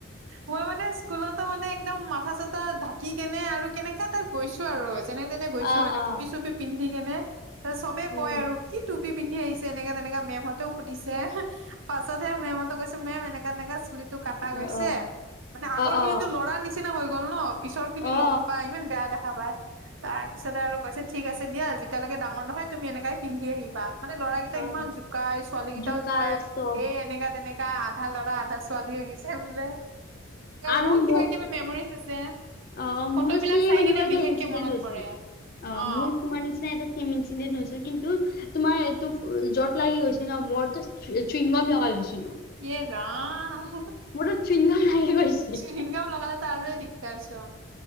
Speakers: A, on the right (about 80°); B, on the left (about 50°).
A: মই মানে স্কুলতো মানে একদম মাথা চাথা ঢাকি কেনে আৰু কেনেকা টাইপ গৈছো আৰু যেনে তেনে গৈছো
B: আ অ'
A: মানে
B: অ'
A: টুপি চুপি পিন্ধি কেনে চবে
B: উম
A: কয় আৰু কি টুপি পিন্ধি আহিছে এনেকে তেনে এনেকা মেমহতেও সুধিছে পাছতহে মেমহতক কৈছো মেম এনেকা - এনেকা চুলি টো কাটা গৈছে
B: অ' অ'
A: মানে আগৰ
B: অ'
A: খিনি লৰাৰ নিচিনা হৈ গ'ল ন পিছৰ খিনি
B: অ'
A: ল'ম বেয়া দেখা পাই তাৰ পিছতে আৰু কৈছে ঠিক আছে। দিয়া যেতিয়ালৈকে ডাঙৰ নহয় তুমি এনেকে পিন্ধি আহিবা। মানে ল'ৰাৰাকেইটা
B: অ' অ' অ'।
A: ইমান জোকাই ছোৱালী কেইটাও
B: জোকা
A: জোকাই
B: চব
A: এ এনেকা তেনেকাে কা আধা ল'ৰা আধা ছোৱালী আহিছে বোলে। অ,
B: আৰু
A: বহুত
B: ম
A: কিবা
B: অ,
A: কিবি মেমৰিজ আছে ফটোবিলাক
B: মোৰও ছেম
A: চাই
B: এনেকুৱা
A: কিনে
B: এটা
A: বিশেষকে
B: ইচিডেন্ট
A: মনত
B: হৈছিল
A: পৰে
B: অ,
A: অ
B: মোৰ তোমাৰ নিচিনা এটা ছেম ইচিডেন্ট হৈছিল কিন্তু তোমাৰ এইটো যত লাগি গৈছে ন মো চৃংগম লগাল লৈছিলো।
A: হে ৰাম।
B: মূৰত সুইগ্নম লাগি। গৈছিল।
A: সুইংগাম লগালেটো আৰু হে দিগদাৰ চোন